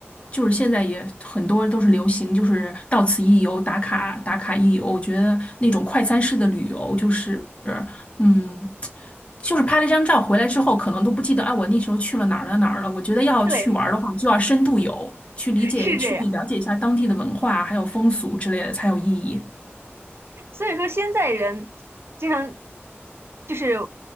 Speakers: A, on the left (about 30°); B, on the right (about 65°).
A: 就是现在也很多都是流行，就是到此一游，打卡打卡一游。我觉得那种快餐式的旅游，就是嗯，就是拍了一张照回来之后，可能都不记得啊，我那时候去了哪儿了哪儿了。我觉得要去玩儿的话，
B: 对，
A: 就要深度游，去理解、
B: 是这样。
A: 去了解一下当地的文化还有风俗之类的，才有意义。
B: 所以说现在人经常就是，